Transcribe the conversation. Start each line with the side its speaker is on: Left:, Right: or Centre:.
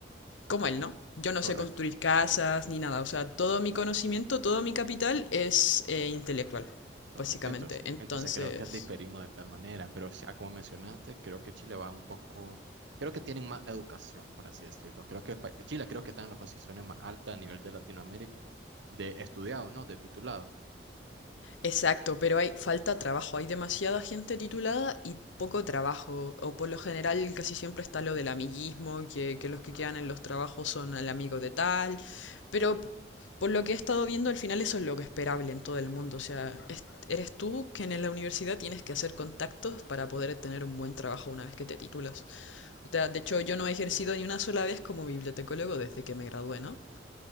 Left: como él, ¿no? Yo no sé
Right: Correcto,
Left: construir casas ni nada. O sea, todo mi conocimiento, todo mi capital es eh, intelectual,
Right: correcto.
Left: básicamente.
Right: Entonces,
Left: Entonces,
Right: entonces creo que diferimos de tal manera, pero sí, ah, como mencionaste, creo que Chile va un poco, creo que tienen más educación, por así decirlo. Creo que pa- Chile creo que está en las posiciones más altas a nivel de Latinoamérica, de estudiado, ¿no? De titulado.
Left: Exacto, pero hay falta trabajo, hay demasiada gente titulada y poco trabajo, o por lo general casi siempre está lo del amiguismo, que, que los que quedan en los trabajos son el amigo de tal, pero p- por lo que he estado viendo al final eso es lo que esperable en todo el mundo, o sea, es- eres tú que en la universidad tienes que hacer contactos para poder tener un buen trabajo una vez que te titulas. O sea, de hecho yo no he ejercido ni una sola vez como bibliotecólogo desde que me gradué, ¿no?